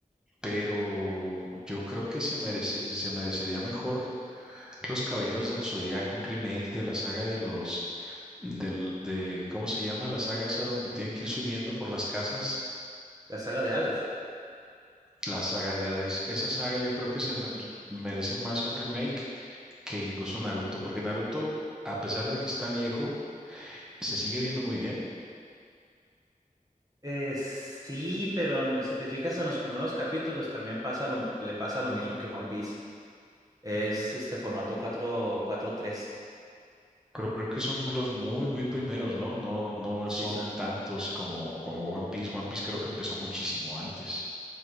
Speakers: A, in the centre; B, on the right.
A: pero yo creo que se merece, se merecería mejor Los Caballeros del Zodiaco, un remake de la saga de los, del, de, ¿cómo se llama? La saga esa donde tienen que ir subiendo por las casas.
B: La saga de Hades.
A: La saga de Hades. Esa saga yo creo que se me- merece más un remake que incluso Naruto, porque Naruto, a pesar de que está viejo, se sigue viendo muy bien.
B: Eh, sí, pero si te fijas en los primeros capítulos también pasa lo, le pasa lo mismo que One Piece. Es este formato cuatro cuatro tres
A: Pero creo que son los muy, muy primeros, ¿no? No, no
B: Sí,
A: son
B: son...
A: tantos como, como One Piece. One Piece creo que empezó muchísimo antes.